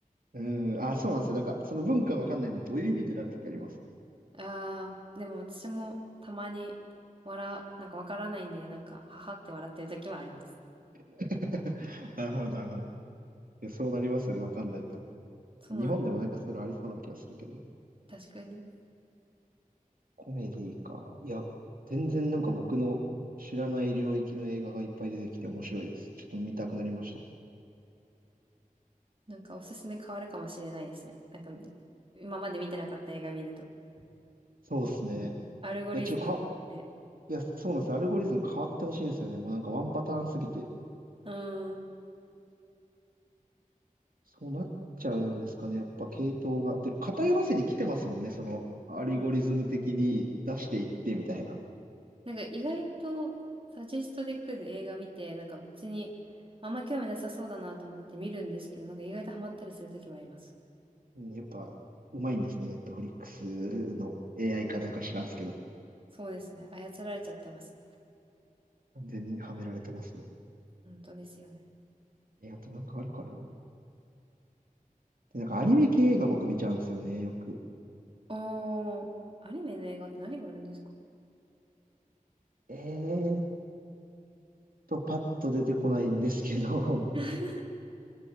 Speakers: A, on the right; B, on the right.
A: うん、あ、そうなんですよ。なんか、その文化わかんないんで、どういう意味ってなる時あります。
B: ああ、でも私もたまに笑、なんかわからないんで、なんか、ははって笑ってる時はあります。
A: <laughs> なるほど、なるほど。いや、そうなりますよね、わかんないと。
B: そうなんで
A: 日本でもなんかそういうのありそうな気がするけど。
B: す。確かに。
A: コメディか。いや、全然なんか僕の知らない領域の映画がいっぱい出てきて面白いです。ちょっと見たくなりました。
B: なんかおすすめ変わるかもしれないですね。なんか今まで見てなかった映画見ると。
A: そうですね。
B: 一気にアルゴリズムがあって。
A: で、ちょっといや、そうなんです。アルゴリズム変わってほしいんですよね。もうなんかワンパターンすぎて。
B: うん。うん
A: そうなっちゃうんですかね。やっぱ系統が。で、偏らせに来てますもんね。その、アルゴリズム的に出していってみたいな。
B: うんなんか意外とサジェストで来る映画見て、なんか別にあんま興味なさそうだなと思って見るんですけど、なんか意外とハマったりするときはあります。
A: うんやっぱ、うまいんですね。ネットフリックスの AI かなんか知らんすけど。
B: そうですね。操られちゃってますね。
A: 完全にはめられてますね。
B: 本当ですよね。
A: え、あとなんかあるかな。で、なんかアニメ系が僕見ちゃうんですよね。よく。
B: おー、アニメの映画って何があるんですか
A: えーっと、パッと出てこないんですけど。<laughs>
B: <laughs>